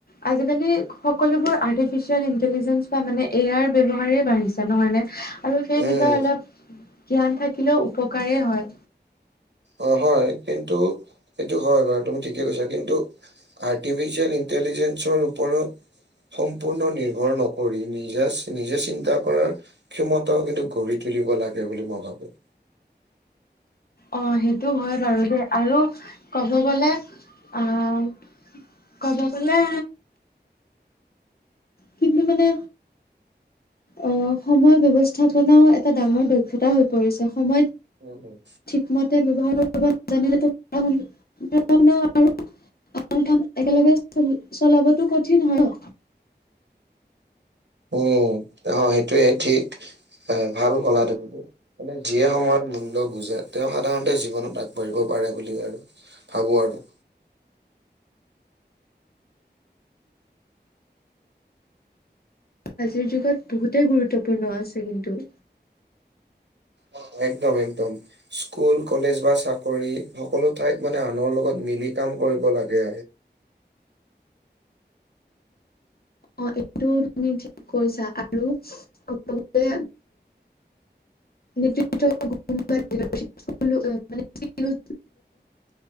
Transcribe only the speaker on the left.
আজিকালি সকলোবোৰ আৰ্টিফিচিয়েল ইণ্টেলিজেন্ঞ্চ বা মানে এ আইৰ ব্যৱহাৰ বাঢ়িছে নহয় নে? আৰু সেই
বিষয়ে অলপ জ্ঞান থাকিলেও উপকাৰেই হয়।
অ সেইটো হয় বাৰু দেই আৰু কব গলে আহ ক'ব গ'লে কিন্তু মানে অ সময় ব্যৱস্থাপনাও এটা ডাঙৰ দক্ষতা হৈ পৰিছে সময়ত,
ঠিকমতে ব্যৱহাৰ কৰিব নাজানিলে তো পঢ়া শুনা আৰু আন কাম একেলগে চলাবতো কঠিন হয় ন।
আজিৰ যুগত বহুতেই গুৰুত্বপূৰ্ণ আছে কিন্তু
অ এইটো তুমি ঠিক কৈছা আৰু সকলোতে <unintelligible> লাহে লাহে গঢ়ি